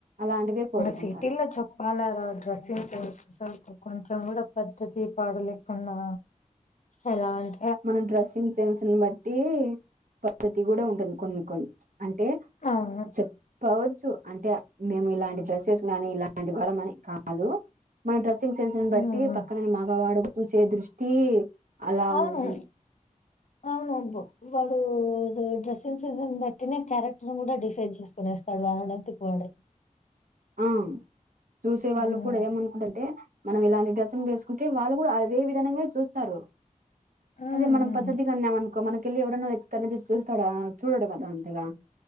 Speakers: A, on the right; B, on the left.
A: అలాంటివే కోరుకుంటారు
B: సిటీలో చేప్పాలా రా డ్రెస్సింగ్స్ సెన్స్ అసలు కొంచెం కూడా పద్ధతి పాడు లేకుండా అలాంటి
A: మన డ్రెస్సింగ్ సెన్స్ నీ బట్టి టి పద్ధతి కూడా ఉంటుంది కొన్ని కొన్ని అంటే
B: అవును
A: చెప్పవ చ్చు అంటే మేము ఇలాంటి డ్రెస్సెస్ గానీ ఇలాంటి వారమని కాదు మన డ్రెసింగ్ సెన్స్ నీ
B: హ్మ్.
A: బట్టి పక్కన మగ వాడు చూసే దృష్టి ట్టి అలా
B: అవును
A: ఉన్
B: అవును అబ్బో వాడు డ్రెస్సింగ్ సెన్ బట్టినే క్యారెక్టర్ ను కూడా డిసైడ్ చేసుకునేస్తాడు వాడంతట వాడే
A: ఆ చూసే వాళ్ళు
B: హ్మ్
A: కూడా ఏమనుకుంటంటే మనం ఇలాంటి డ్రెస్సింగ్ వేసుకుంటే వాళ్ళ కూడా అదే విధంగా చూస్తారు
B: హ్మ్
A: అదే మనం పద్ధతిగా ఉన్నామ అనుకో మనకి అకడకేలి ఎవడన్నా వెనకాల నుండి చూస్తాడా చూడడు అది అంతే గా